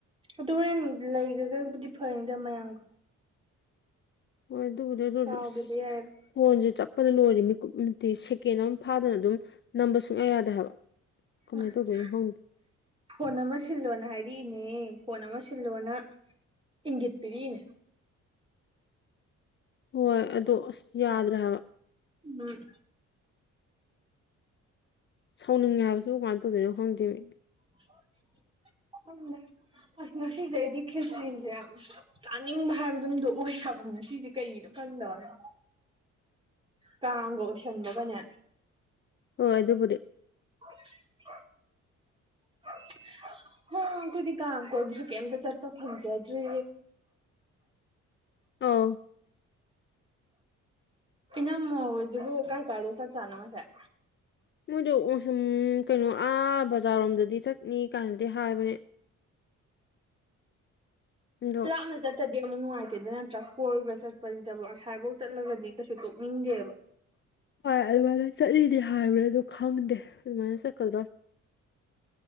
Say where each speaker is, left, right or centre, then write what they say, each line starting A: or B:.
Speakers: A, on the right; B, on the left.
A: ꯑꯗꯨ ꯍꯣꯔꯦꯟ ꯂꯩꯈꯔꯒꯕꯨꯗꯤ ꯐꯩꯔꯅꯤꯗ ꯃꯌꯥꯝꯒ
B: ꯍꯣꯏ ꯑꯗꯨꯕꯨꯗꯤ ꯑꯗꯨ ꯑꯣꯏꯔꯖꯨ
A: ꯀꯥꯎꯒꯤꯕ ꯌꯥꯏꯌꯦꯕ
B: ꯐꯣꯟꯁꯦ ꯆꯞꯄꯅ ꯂꯣꯏꯔꯦꯃꯦ ꯃꯤꯠꯀꯨꯞ ꯑꯃ ꯅꯠꯇꯦ ꯁꯦꯀꯦꯟ ꯑꯃ ꯐꯥꯗꯅ ꯑꯗꯨꯝ ꯅꯝꯕ ꯁꯨꯡꯌꯥ ꯌꯥꯗꯦ ꯍꯥꯏꯕ ꯀꯃꯥꯏꯅ
A: ꯑꯁ
B: ꯇꯧꯗꯣꯏꯅꯣ ꯈꯪꯗꯦ
A: ꯐꯣꯟ ꯑꯃ ꯁꯤꯜꯂꯣꯅ ꯍꯥꯏꯔꯛꯏꯅꯦ ꯐꯣꯟ ꯑꯃ ꯁꯤꯜꯂꯣꯅ ꯏꯪꯒꯤꯠ ꯄꯤꯔꯛꯏꯅꯤ
B: ꯍꯣꯏ ꯑꯗꯣ ꯑꯁ ꯌꯥꯗ꯭ꯔꯦ ꯍꯥꯏꯕ
A: ꯎꯝ
B: ꯁꯥꯎꯅꯤꯡꯉꯦ ꯍꯥꯏꯕꯁꯨ ꯀꯃꯥꯏꯅ ꯇꯧꯗꯣꯏꯅꯣ ꯈꯪꯗꯦ ꯃꯤ
A: <unintelligible> ꯑꯁ ꯉꯁꯤꯁꯦ ꯑꯩꯗꯤ ꯈꯦꯆꯤꯏꯁꯦ ꯆꯥꯅꯤꯡꯕ ꯍꯥꯏꯕꯗꯨꯝꯗꯣ ꯑꯣꯏ ꯍꯥꯏꯕ ꯉꯁꯤꯁꯦ ꯀꯩꯒꯤꯅꯣ ꯈꯪꯪꯗꯋꯅꯦ ꯀꯥꯡꯒ ꯑꯣꯏꯁꯤꯟꯕꯒꯅꯦ
B: ꯍꯣꯏ ꯑꯗꯨꯕꯨꯗꯤ
A: <unintelligible> ꯍ ꯑꯩꯈꯣꯏꯗꯤ ꯀꯥꯛ ꯀꯣꯏꯕꯁꯨ ꯀꯩꯝꯇ ꯆꯠꯄ ꯐꯪꯖꯗ꯭ꯔꯦ
B: ꯑꯥꯎ
A: ꯏꯅꯝꯃꯥꯍꫭꯏꯗꯨꯕꯨ ꯀꯥꯏ ꯀꯥꯏꯗꯥ ꯆꯠ ꯖꯠꯅꫭ ꯉꯁꯥꯏ
B: ꯃꯣꯏꯗꫭ ꯑꫭꯁꯨꯝ ꯀꯩꯅꯣ ꯑꯥ ꯕꯖꯥꯔꯔꯣꯝꯗꯗꯤ ꯆꯠꯅꯤ ꯀꯥꯏꯅꯗꯤ ꯍꯥꯏꯕꯅꯦ ꯑꯗꯣ
A: ꯂꯥꯞꯅ ꯆꯠ ꯆꯠꯇꯔꯗꯤ ꯑꯃꯨꯛ ꯅꯨꯡꯉꯥꯏꯇꯦꯗꯅ ꯅꯠꯇꯔ ꯀꫭꯏꯕ ꯆꯠꯄꯁꯤꯗꯕꯨ ꯑꯁꯥꯏꯐꯧ ꯆꯠꯂꯒꯗꯤ ꯀꯩꯁꯨ ꯇꯣꯛꯅꯤꯡꯗꯦꯕ
B: ꯍꯣꯏ ꯑꯗꯨꯃꯥꯏꯅ ꯆꯠꯅꯤꯗꯤ ꯍꯥꯏꯕ꯭ꯔꯥ ꯑꯗꯨ ꯈꯪꯗꯦ ꯑꯗꯨꯃꯥꯏꯅ ꯆꯠꯀꯗ꯭ꯔꯣ